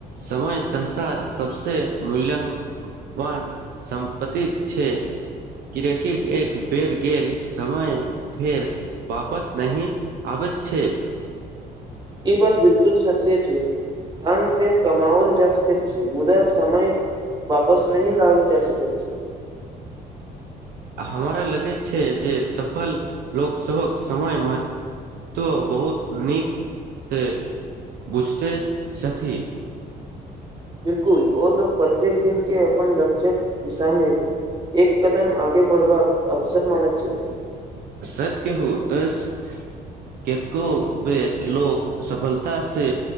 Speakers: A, on the right; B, on the right.
A: समय संसार सबसे मूल्यङ्कवान संपतिक छै किरैकि एक बेर गेल समय फेर वापस नहि आबे अच्छे
B: ई बात बिलकुल सत्य छै धन फेर कमाओल जा सकैत छै मुदा समय वापस नहि लाओल जा सकैत छै
A: हमरा लगेय छै जे सफल लोक सभक समय म तो बहुत नीक से बुझते छथि <inaudible>
B: बिलकुल ओ लोग प्रत्येक दिन के अपन लक्ष्य दिशामे एक कदम आगे बढ़बाक अवसर मानैत छथि
A: सच कहु तऽ स केतको बेेर लोक सफलता से